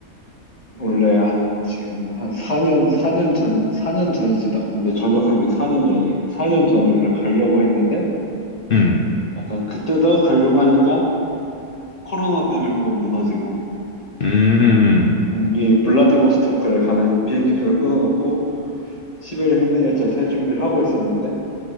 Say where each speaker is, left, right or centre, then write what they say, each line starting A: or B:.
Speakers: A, on the left; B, on the left.
A: 원래 한 지금 한 4년 사 년 전 사 년 전이지 나 근데 전역한 게 4년 전이니까 4년 전에 원래 가려고 했는데
B: 음,
A: 약간 그때도 가려고 하니까 코로나 때문에 한번 무너지고
B: 음, 음. 음.
A: 음, 이 블라디보스토크를 가는 비행기표를 끊어놓고 시베리아 횡단열차 탈 준비를 하고 있었는데